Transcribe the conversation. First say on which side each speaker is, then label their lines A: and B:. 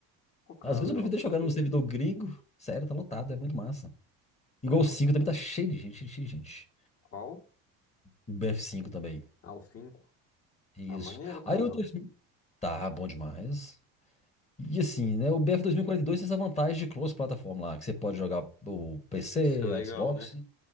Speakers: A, on the left; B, on the left.
A: Pô, cara,
B: Às vezes
A: legal
B: eu prefiro
A: de saber.
B: até jogar no servidor gringo. Sério, tá lotado, é muito massa. Igual
A: Legal
B: o 5
A: de saber.
B: também tá cheio de gente, cheio de gente.
A: Qual?
B: O bf cinco também.
A: Ah, o 5.
B: Isso.
A: Ah, maneiro, cara.
B: Aí o 2000. Tá bom demais. E assim, né? O BF 2042 tem essa vantagem de cross-plataforma lá, que você pode jogar o PC,
A: Isso é legal,
B: Xbox
A: né?